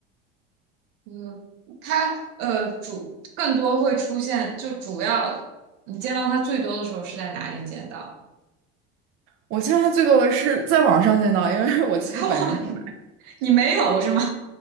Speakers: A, on the right (about 65°); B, on the right (about 40°).
A: 嗯，它呃主更多会出现，就主要你见到它最多的时候是在哪里见到？
B: 我见它最多的是在网上见到，因为我自己本人不知
A: <laughs> 在网里，你没有是吗？